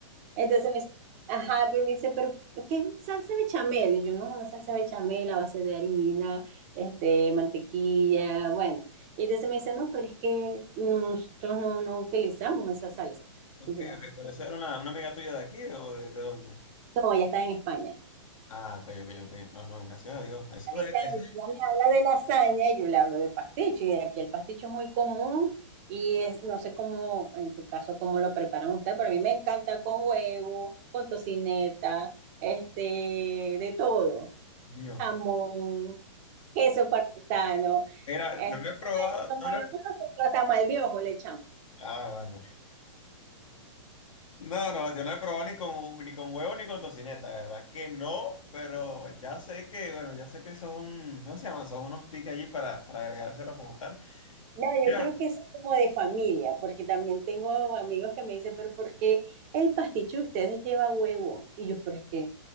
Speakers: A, on the right; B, on the left.
A: Entonces me dice, ajá, pero me dice, pero ¿qué es salsa bechamel? Y yo, no, una salsa bechamel a base de harina, este, mantequilla, bueno. Y entonces me dice, no, pero es que nosotros no, no utilizamos esa salsa.
B: ok,
A: Y yo, "Ah,
B: ok, pero esa era una, una amiga tuya de aquí o de, de dónde?
A: no, ella está en España.
B: Ah, ok, ok, ok, no, no, gracias a Dios, eso,
A: Y Ella,
B: es eso, es-
A: ella me habla de lasaña y yo le hablo de pasticho. Y aquí el pasticho es muy común y es, no sé cómo, en tu caso, cómo lo preparan ustedes, pero a mí me encanta con huevo, con tocineta, este, de todo
B: coño,
A: jamón. queso parmesano.
B: era,
A: Este,
B: no lo he probado,
A: como, es- como
B: no
A: hablamos
B: lo he...
A: nosotros, tamal de ojo le echamos.
B: Ah, bueno. No, no, yo no he probado ni con, hu- ni con huevo ni con tocineta, de ¿verdad? Que no, pero ya sé que, bueno, ya sé que eso es un, ¿cómo se llaman? Son unos tics allí para, para agregárselos como tal.
A: No, yo
B: Ya,
A: creo que es como de familia, porque también tengo amigos que me dicen, pero ¿por qué el pasticho de ustedes lleva huevo? Y yo, pero es que,